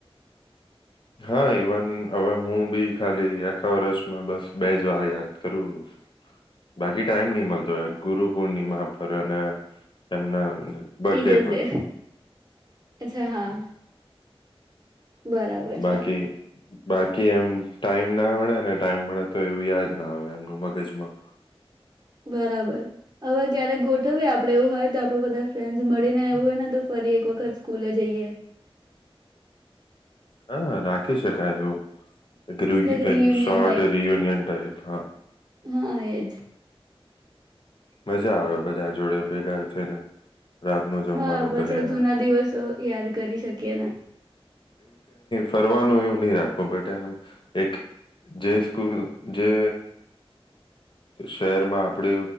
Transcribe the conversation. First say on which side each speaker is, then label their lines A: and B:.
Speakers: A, on the left; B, on the right.
A: હા ઈવન હવે હું બી ખાલી આખા વર્ષમાં બસ બે જ વાર યાદ કરું બાકી ટાઈમ નહી મળતો ગુરુ પૂર્ણિમા પર અને એમના. બર્થડે
B: ટીચર્સ
A: પર
B: ડે અચ્છા હા બરાબર.
A: બાકી
B: છે
A: બાકી એમ ટાઈમ ના વડે. ને ટાઈમ મળે તો એવું યાદ ના આવે એમનું મગજમાં.
B: બરાબર હવે ક્યારેક ગોઠવીએ આપડ એવું હોય તો આપડું બધા ફ્રેન્ડ મળીને આવું હોય ને તો ફરી એક વખત સ્કૂલે જઈએ.
A: હા રાખી શકાય એવું.
B: લાઈક રિયુનિયન
A: અગર શારટ
B: ટાઈપ
A: રિયુનિયન ટાઈપ હા.
B: હા એજ
A: મજા આવે બધા જોડે ભેગા થઈને. રાતનું જમવાનું
B: હા બચા
A: કરીએને
B: જૂના દિવસો યાદ કરી શકીએ ને.
A: ફરનું એવું નહી રાખો બટ એમ એક જે સ્કૂલ જે શહેરમાં આપડ